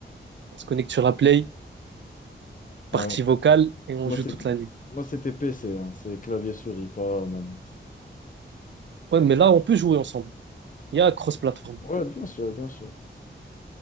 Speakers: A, on the right; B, on the left.
A: on se connecte sur la Play,
B: Ouais.
A: partie vocale, et on
B: Moi,
A: joue
B: c'est
A: toute la nuit.
B: moi, c'était PC, hein. C'est clavier-souris, pas manette.
A: Ouais, mais là, on peut jouer ensemble. Il y a cross-platform.
B: Ouais, bien sûr, bien sûr.